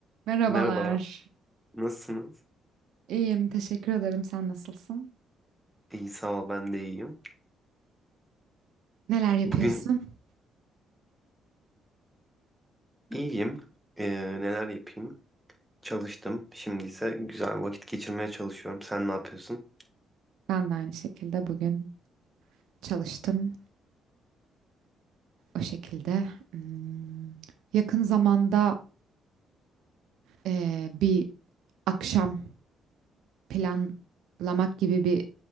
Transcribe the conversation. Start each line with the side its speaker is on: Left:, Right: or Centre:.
Right: Merhabalar.
Centre: Merhaba, nasılsınız?
Right: İyiyim, teşekkür ederim. Sen nasılsın?
Centre: İyi sağ ol, ben de iyiyim.
Right: Neler yapıyorsun?
Centre: Bugün iyiyim. Ee, neler yapayım? Çalıştım. Şimdi ise güzel vakit geçirmeye çalışıyorum. Sen ne yapıyorsun?
Right: Ben de aynı şekilde bugün çalıştım. O şekilde. Hmm, yakın zamanda eee, bir akşam planlamak gibi bir